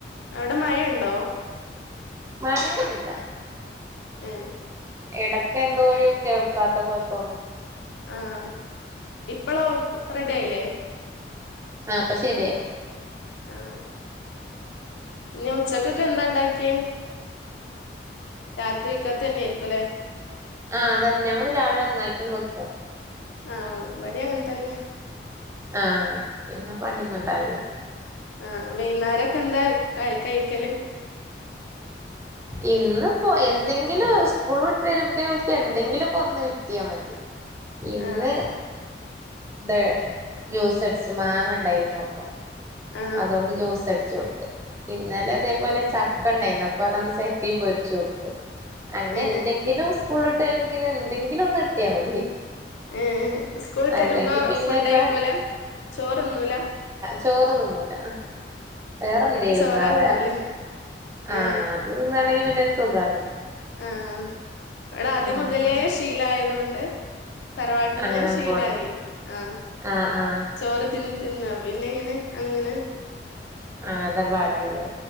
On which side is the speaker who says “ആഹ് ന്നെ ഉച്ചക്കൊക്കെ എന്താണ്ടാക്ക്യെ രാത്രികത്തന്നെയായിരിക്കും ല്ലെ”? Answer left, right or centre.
Left